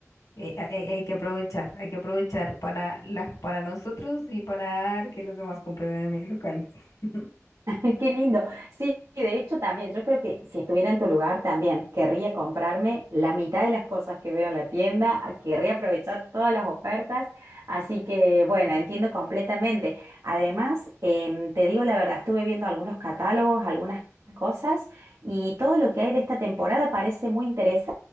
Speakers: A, on the left; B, on the right.
A: eh, hay, hay- hay que aprovechar, hay que aprovechar para, la- para nosotros y para que los demás compren en mi local. <laughs>
B: <laughs> Qué lindo. Sí, de hecho también, yo creo que si estuviera en tu lugar también, querría comprarme la mitad de las cosas que veo en la tienda, a- querría aprovechar todas las ofertas, así que bueno, entiendo completamente. Además, em, te digo la verdad, estuve viendo algunos catálogos, algunas cosas y todo lo que hay de esta temporada parece muy interesante.